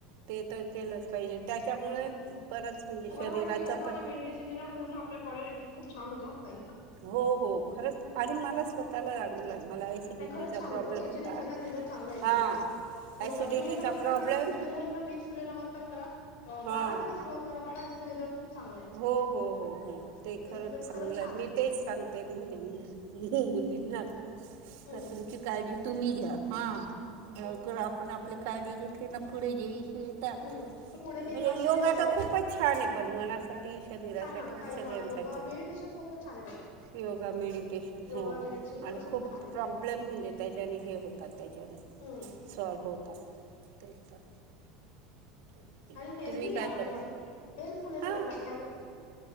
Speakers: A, on the right; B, on the left.
A: ते तर केलच पाहिजे त्याच्यामुळे बरच म्हणजे
B: तुम्हाला
A: शरीराच
B: माहिती योगा
A: पण
B: आणि मेडिटेशनने ना पूर्ण आपल्या बॉडीवर इफेक्ट खूपछान होतो ताई.
A: हो हो खरच आणि मला स्वतःला जाणवलय मला ऍसिडिटीचा
B: नाही खरंच छान
A: प्रॉब्लेम
B: होतो त्याच्याने
A: होता
B: सगळ्यात रिझल्ट चांगला येतो.
A: हा
B: योगा
A: ऍसिडिटीचा
B: सूर्यनमस्कार
A: प्रॉब्लेम
B: माहितीय का तुम्ही रोज ना वीस सूर्यनमस्कार करा.
A: हां
B: बारा तरी सुरुवात करा बघा त्याच रिझल्ट खूप चांगला आहे
A: हो हो हो हो ते
B: त्याचा
A: खरच
B: रिझल्ट
A: चांगलय
B: खरंच छान आहे
A: मी तेच सांगते मुलींना पण
B: हम्म
A: तुमची काळजी तुम्ही घ्या हा लवकर आपण आपली काळजी घेतली ना पुढे जाई <unintelligible> तर
B: हम्म पुढे हे
A: म्हणजे
B: असे
A: योगा
B: अ
A: तर खूपच छान आहे पण मनास शरीरासाठी
B: काय हा काही
A: सगळ्या
B: हा योगा
A: साठी
B: मेडिटेशन खूपच छान आहे बघा.
A: योगा मेडिटेशन
B: योगा
A: हो
B: मेडिटेशन खरंच
A: आणि खूप
B: छान आहे
A: प्रॉब्लेम म्हणजे त्याच्या हे होतात त्याच्याने
B: हम्म.
A: सॉल्व्ह होतात तर <unintelligible>
B: आणि हेल्दी
A: तुम्ही
B: येत
A: काय
B: आपल्या
A: कर
B: बॉडी हेल्थफुल आहे
A: हां
B: सगळ्या माणस